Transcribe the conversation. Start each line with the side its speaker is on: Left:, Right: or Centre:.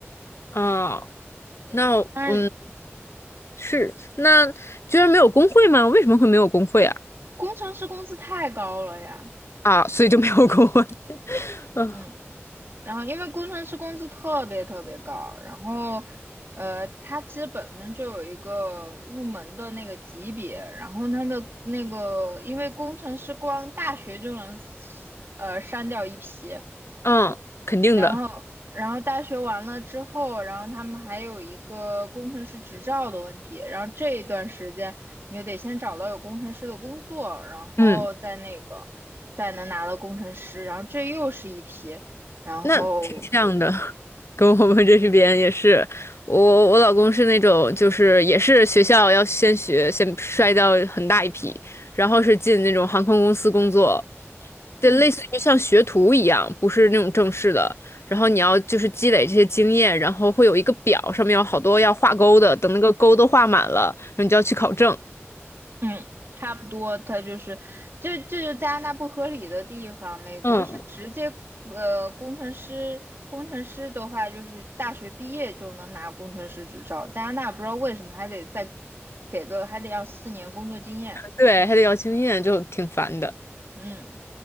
Left: 啊，
Right: 嗯，
Left: 那嗯
Right: 但是。
Left: 是，那居然没有工会吗？为什么会没有工会啊？
Right: 工程师工资太高了呀，
Left: 啊，所以就没有工会。<laughs> 嗯
Right: 嗯，然后因为工程师工资特别特别高，然后呃，他其实本身就有一个入门的那个级别，然后他的那个，因为工程师光大学就能呃删掉一批，
Left: 嗯，肯定的。
Right: 然后，然后大学完了之后，然后他们还有一个工程师执照的问题。然后这一段时间，你就得先找到有工程师的工作，然后再那个，
Left: 嗯。
Right: 再能拿到工程师。然后这又是一批，然后，
Left: 那挺像的，跟我们这边也是。我我老公是那种，就是也是学校要先学，先筛掉很大一批，然后是进那种航空公司工作，
Right: 嗯，
Left: 就类似于像学徒一样，不是那种正式的。然后你要就是积累这些经验，然后会有一个表，上面有好多要画勾的，等那个勾都画满了，然后你就要去考证。
Right: 嗯，差不多，它就是，这这就是加拿大不合理的地方。美国是直接，
Left: 嗯，
Right: 呃，工程师，工程师的话就是大学毕业就能拿工程师执照，加拿大不知道为什么还得再给个，还得要四年工作经验。
Left: 对，还得要经验，就挺烦的。
Right: 嗯，